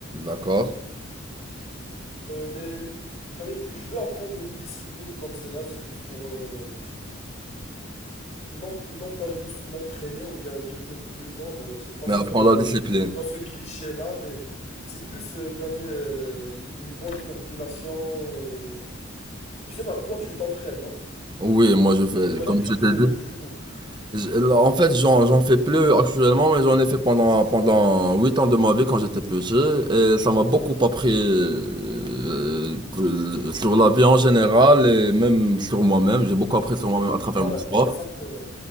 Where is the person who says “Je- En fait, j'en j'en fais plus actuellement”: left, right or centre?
Right